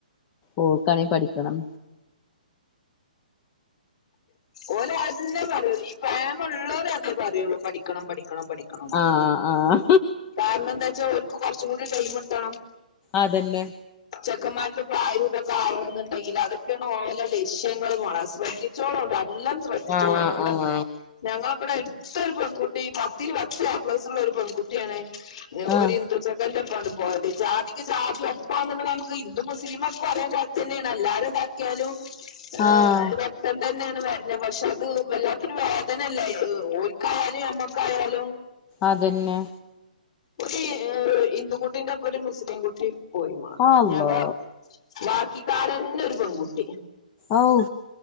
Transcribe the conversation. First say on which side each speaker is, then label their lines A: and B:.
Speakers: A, on the left; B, on the left.
A: ഓൾക്കാണേ പഠിക്കണം
B: ഓല് അന്നെ പറയുള്ളൂ ഈ പ്രേമ ഉള്ളോരും അതന്നെ പറയുള്ളൂ പഠിക്കണം പഠിക്കണം പഠി ആ
A: ആഹ് ആഹ്
B: കാരണം എന്താച്ചാൽ ഓൽക്ക് കുറച്ച്‌ കൂടി ടൈമ്ട്ടണം
A: അതന്നെ
B: ചെക്കന്മാർക്ക- തൊക്കെ ആവണുന്നുണ്ടെങ്കിൽ അതൊക്കെയാണ് ഓലെ ലക്ഷ്യങ്ങളും മോളേ ശ്രദ്ധിച്ചോളണ്ടി നല്ലം ശ്രദ്ധിച്ചോളണ്ടി
A: ആഹ് ആഹ്
B: ഇവിടെ ഞങ്ങളക്ക ഇവിടെ എടുത്തൊരു പെൺകുട്ടി പത്തിൽ പത്ത് എ പ്ലസ്സുള്ള ഒരു പെൺകുട്ടിയാണ്
A: ആഹ്
B: ഒരു ഹി ഹിന്ദു ചെക്കന്റെ ഒപ്പണ്ട് പോയത് ജാതിക്ക് ജാതി <unintelligible> കണക്ക് ഹിന്ദു മുസലിമും ഒക്കെ ഒരേ ജാതി തന്നെയാണ് എല്ലാരും ഇതാക്കിയാലും <unintelligible>
A: ആഹ്
B: പ്പം തന്നെയാണ് വര്ണ് പക്ഷെ അത് വല്ലാത്തൊരു വേദനല്ലേ ഓര്ക്കായാലും ഞമ്മക്കായാലും
A: അതന്നെ
B: ഒരു ഹിന്ദു കുട്ടീന്റൊപ്പം ഒരു മുസ്ലിം കുട്ടി പോയി മോളേ
A: അള്ളാ
B: ഞങ്ങള് ബാക്കിക്കാരന്നെ ഒരു പെൺകുട്ടി
A: ആവൂ